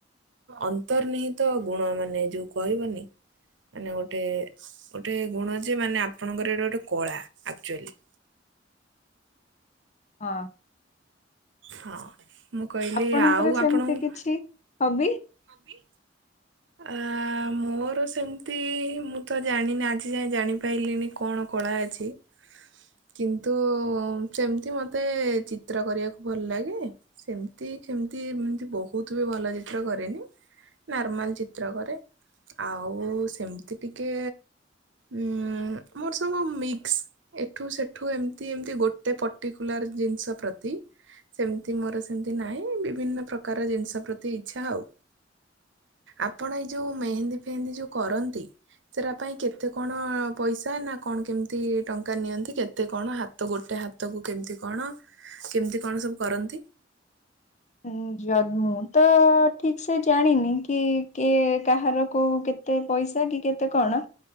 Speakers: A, on the right; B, on the left.
A: ଅନ୍ତର୍ନିହିତ ଗୁଣ ମାନେ ଯୋଉ କହିବନି ମାନେ ଗୋଟେ ଗୋଟେ ଗୁଣ ଯେ ମାନେ ଆପଣଙ୍କର ଏଇଟା ଗୋଟେ କଳା ଆକ୍ଚୁଆଲି।
B: ହଁ।
A: ହଁ ମୁଁ କହିଲି
B: ଆପଣଙ୍କର
A: ଆଉ
B: ସେମିତି
A: ଆପଣଙ୍କୁ
B: କିଛି ହବି
A: ହବି ଆମ ମୋର ସେମିତି ମୁଁ ତ ଜାଣିନି ଆଜି ଯାଏ ଜାଣିପାଇଲିନି କଣ କଳା ଅଛି କିନ୍ତୁ ସେମିତି ମତେ ଚିତ୍ର କରିବାକୁ ଭଲ୍ ଲାଗେ। ସେମିତି କେମିତି ଏମତି ବହୁତ୍ ବି ଭଲ ଚିତ୍ର କରେନି। ନର୍ମାଲ ଚିତ୍ର କରେ ଆଉ ସେମିତି ଟିକେ ଉଁ ମୋର ସବୁ ମିକ୍ସ ଏଠୁ ସେଠୁ ଏମତି ଏମତି ଗୋଟେ ପର୍ଟିକୁଲାର ଜିନିଷ ପ୍ରତି ସେମିତି ମୋର ସେମତି ନାଇଁ ବିଭିନ୍ନ ପ୍ରକାର ଜିନିଷ ପ୍ରତି ଇଚ୍ଛା ଆଉ। ଆପଣ ଏଇ ଯୋଉ ମେହେନ୍ଦୀ ଫେହେନ୍ଦୀ ଯୋଉ କରନ୍ତି ସେରା ପାଇଁ କେତେ କଣ ପଇସା ନା କଣ କେମିତି ଟଙ୍କା ନିଅନ୍ତି? କେତେ କଣ ହାତ ଗୋଟେ ହାତ କୁ କେମିତି କଣ କେମତି କଣ ସବୁ କରନ୍ତି?
B: ହୁଁ ଯ ମୁଁ ତ ଠିକ୍ ସେ ଜାଣିନି କି କିଏ କାହାର କୋଉ କେତେ ପଇସା କି କେତେ କଣ